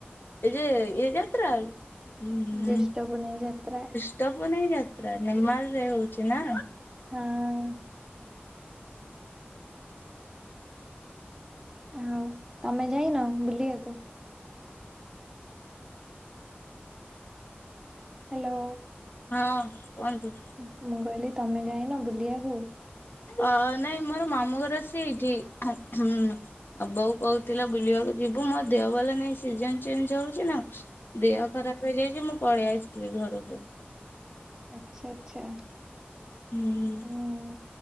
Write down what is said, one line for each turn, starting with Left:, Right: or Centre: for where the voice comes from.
Left: ଏଯେ ଇଏ ଯାତ୍ରା। ହୁଁ
Right: ଜ୍ୟେଷ୍ଠ ପୁନେଇଁ ଯାତ୍ରା।
Left: ଜ୍ୟେଷ୍ଠ ପୁନେଇଁ ଯାତ୍ରା ନିର୍ମାଲରେ ହଉଚି ନା।
Right: ହଁ! ଆଉ ତମେ ଯାଇନ ବୁଲିବାକୁ। ହ୍ୟାଲୋ।
Left: ହଁ କୁହନ୍ତୁ।
Right: ଉମ୍ ମୁଁ କଇଲି ତମେ ଯାଇନ ବୁଲିବାକୁ?
Left: ଅ ନାଇଁ ମୋର ମାମୁଁ ଘର ଆସି ଏଇଠି ହୁଁ। ଆ ବୋଉ କହୁଥିଲା ବୁଲିବାକୁ ଯିବୁ ମୋ ଦେହ ଭଲ ନାଇଁ ସିଜିନ୍ ଚେଞ୍ଜ ହଉଚି ନା? ଦେହ ଖରାପ ହେଇଯାଇଚି ମୁଁ ପଳେଇ ଆସଥିଲି ଘରକୁ।
Right: ଆଚ୍ଛା ଆଚ୍ଛା
Left: ହୁଁ
Right: ଉଁ